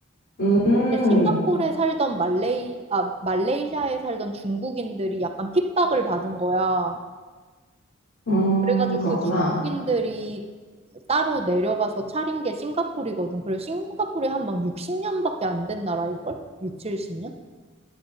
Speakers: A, on the left; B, on the right.
A: 음,
B: 근데 싱가포르에 살던 말레이, 아, 말레이시아에 살던 중국인들이 약간 핍박을 받은 거야.
A: 음,
B: 그래가지고
A: 그렇구나.
B: 그 중국인들이 따로 내려가서 차린 게 싱가포르거든. 그래서 싱가포르에 한 막 60년밖에 안 된 나라일걸? 6, 70년?